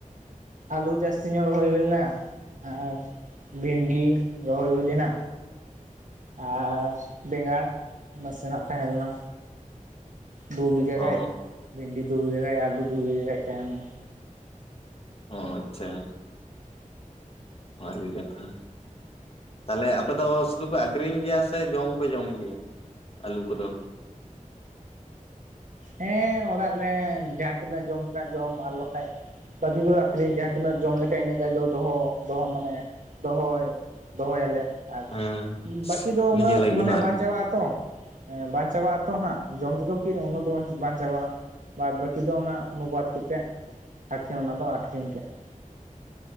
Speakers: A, on the right; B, on the left.
A: ᱟᱹᱞᱩ ᱡᱟᱹᱥᱛᱤ ᱧᱚᱜ ᱨᱚᱦᱚᱭ ᱦᱩᱭ ᱞᱮᱱᱟ ᱟᱨ ᱵᱷᱤᱱᱰᱤ ᱨᱚᱦᱚᱭ ᱦᱩᱭ ᱞᱮᱱᱟ᱾ ᱟᱨ ᱵᱮᱸᱜᱟᱲ ᱱᱟᱥᱮᱱᱟᱜ ᱛᱟᱦᱮᱸᱞᱮᱱᱟ᱾ ᱫᱩ ᱵᱤᱜᱷᱟ
B: ᱚ
A: ᱜᱟᱡ ᱵᱷᱤᱱᱰᱤ ᱫᱩ ᱵᱤᱜᱷᱟ ᱜᱟᱡ ᱟᱹᱞᱩ ᱫᱩ ᱵᱤᱜᱷᱟ ᱜᱟᱡ ᱛᱟᱦᱮᱸ ᱞᱮᱱᱟ᱾
B: ᱚ ᱟᱪᱪᱷᱟ ᱵᱷᱟᱞᱤ ᱠᱟᱛᱷᱟ ᱛᱟᱞᱮ ᱟᱯᱮ ᱫᱚ ᱥᱩᱫᱩ ᱯᱮ ᱟᱠᱷᱨᱤᱧ ᱜᱮᱭᱟ ᱥᱮ ᱡᱚᱢ ᱦᱚᱸᱯᱮ ᱡᱚᱢ ᱜᱮᱭᱟ ᱟᱹᱞᱩ ᱠᱚᱫᱚ?
A: ᱦᱮᱸ ᱚᱲᱟᱜ ᱨᱮ ᱡᱟᱦᱟᱸ ᱛᱤᱱᱟᱹᱜ ᱡᱚᱢ ᱛᱮᱱᱟᱜ ᱡᱚᱢ ᱟᱨ ᱵᱟᱠᱷᱟᱡ ᱵᱟᱠᱤ ᱠᱚ ᱫᱚ ᱟᱠᱷᱨᱤᱧ ᱡᱟᱦᱟᱸ ᱛᱤᱱᱟᱹᱜ ᱡᱚᱢ ᱞᱮᱠᱷᱟᱡ ᱤᱱᱟᱹᱜ ᱜᱟᱱ ᱫᱚ ᱫᱚᱦᱚ ᱫᱚᱦᱚ ᱢᱟᱱᱮ ᱫᱚᱦᱚᱭ᱾ ᱫᱚᱦᱚᱭᱟᱞᱮ ᱟᱨ
B: ᱦᱮᱸ
A: ᱵᱟᱹᱠᱤ ᱫᱚ
B: ᱱᱤᱡᱮ
A: ᱩᱱᱟᱹᱜ
B: ᱞᱟᱹᱜᱤᱫ
A: ᱢᱟᱱᱮ
B: ᱦᱚᱸ ᱟᱨᱠᱤ
A: ᱵᱟᱝ ᱪᱟᱵᱟᱜᱼᱟ ᱛᱚ᱾ ᱵᱟᱝ ᱪᱟᱵᱟᱜᱼᱟ ᱛᱚ ᱦᱟᱸᱜ ᱡᱚᱢ ᱛᱮᱫᱚ ᱠᱤ ᱩᱱᱟᱹᱜ ᱫᱚ ᱵᱟᱝ ᱪᱟᱵᱟᱜᱼᱟ ᱵᱟᱫ ᱵᱟᱹᱠᱤ ᱫᱚ ᱚᱱᱟ ᱚᱱᱩᱵᱟᱫᱽ ᱠᱟᱛᱮᱫ ᱚᱱᱟ ᱫᱚ ᱟᱠᱷᱨᱤᱧ ᱠᱟᱜᱼᱟ᱾